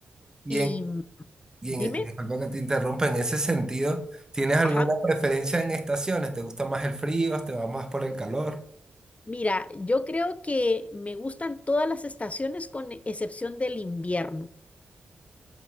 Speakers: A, on the right; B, on the left.
A: Y,
B: Y
A: en,
B: mm,
A: y,
B: dime,
A: en, y disculpa que te interrumpa, en ese sentido, ¿tienes alguna
B: ajá,
A: preferencia en estaciones? ¿Te gusta más el frío? ¿Te va más por el calor?
B: mira, yo creo que me gustan todas las estaciones con excepción del invierno.